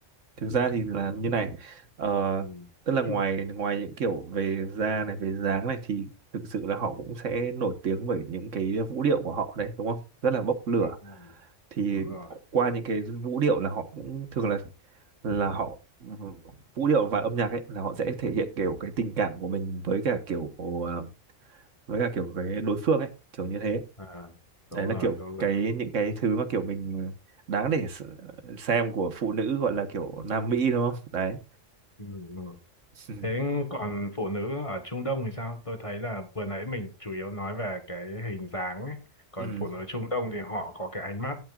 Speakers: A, on the right; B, on the left.
A: thực ra thì là như này ờ,
B: ừ.
A: tức là
B: <clears throat>
A: ngoài ngoài những kiểu về da này về dáng này thì thực sự là họ
B: Ừ,
A: cũng sẽ nổi tiếng bởi những cái vũ điệu của họ đấy đúng không rất là bốc lửa
B: đúng rồi
A: thì
B: đúng rồi
A: qua những cái vũ điệu là họ cũng thường là là họ vũ điệu và âm nhạc ấy là họ sẽ thể hiện kiểu cái tình cảm của mình với cả kiểu ờ, với cả kiểu cái đối phương ấy kiểu như thế
B: à đúng
A: đấy là
B: rồi
A: kiểu
B: đúng rồi
A: cái những cái thứ mà kiểu mình đáng để s- xem của phụ nữ gọi là kiểu Nam Mỹ đúng không đấy
B: ừ. ừ.
A: <laughs> ừ,
B: Thế còn phụ nữ ở Trung Đông thì sao? Tôi thấy là vừa nãy mình chủ yếu nói về cái hình dáng ấy. Còn
A: ừ,
B: phụ nữ Trung Đông thì họ có cái ánh mắt